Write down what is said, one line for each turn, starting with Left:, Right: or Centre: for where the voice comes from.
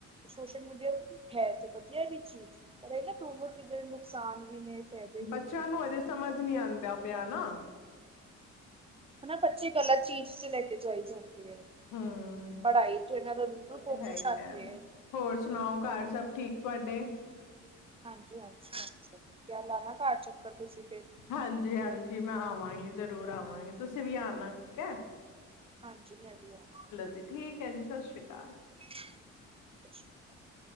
Right: ਸੋਸ਼ਲ ਮੀਡੀਆ ਹੈ ਤੇ ਵਦੀਆ ਵੀ ਚੀਜ, ਪਰ ਏ ਨਾ ਦੋਨੋ ਚੀਜਾਂ ਦੇ ਨੁਕਸਾਨ ਵੀ ਨੇ। ਫਾਇਦੇ ਵੀ
Left: ਬੱਚੇਆਂ
Right: ਨੇ
Left: ਨੂੰ ਅਜੇ ਸਮਜ ਨੀ ਆਂਦਾ ਪੇਆ ਨਾ।
Right: ਹਨਾ ਬੱਚੇ ਗਲਤ ਚੀਜ ਚ ਲੈ ਕੇ ਜਾਈ ਜਾਂਦੇ ਐ।
Left: ਹੂੰ।
Right: ਪੜ੍ਹਾਈ ਚ' ਇਹਨਾਂ ਦਾ ਬਿਲਕੁਲ
Left: ਉਹ
Right: ਫੋਕਸ
Left: ਤੇ ਹੈ ਹੀ
Right: ਘੱਟ ਹੈ।
Left: ਹੋਰ ਸੁਣਾਓ ਘਰ ਸਭ ਠੀਕ ਤੁਹਾਡੇ?
Right: ਹਾਂਜੀ- ਹਾਂਜੀ। ਆ ਲਾਨਾ ਘਰ ਚਕੱਰ ਤੁਸੀਂ ਫਿਰ।
Left: ਹਾਂਜੀ- ਹਾਂਜੀ, ਮੈਂ ਆਵਾਂਗੀ ਜ਼ਰੂਰ ਆਵਾਂਗੀ, ਤੁਸੀਂ ਵੀ ਆਉਣਾ ਠੀਕ ਹੈ।
Right: ਹਾਂਜੀ, ਮੈਂ ਵੀ ਆਵਾਂ
Left: ਜੀ ਠੀਕ ਹੈ ਜੀ, ਸਤਿ ਸ਼੍ਰੀ ਅਕਾਲ।
Right: <inaudible>